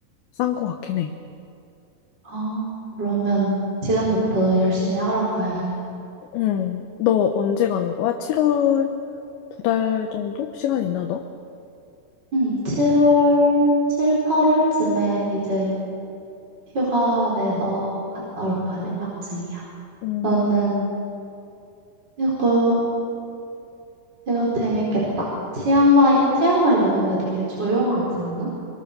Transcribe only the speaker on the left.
싼 것 같긴 해.
응, 너 언제 가는 거야? 7월? 두 달 정도? 시간 있나 너?
음,